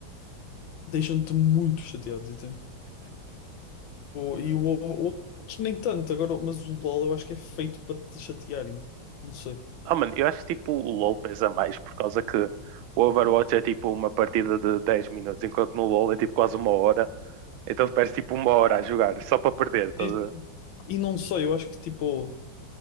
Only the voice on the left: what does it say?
deixam-te muito chateado, entende? Pô, E o ovo, o ovo, acho que nem tanto, agora, mas o LOL eu acho que é feito para te chatearem. Não sei.
E,
e não sei, eu acho que tipo,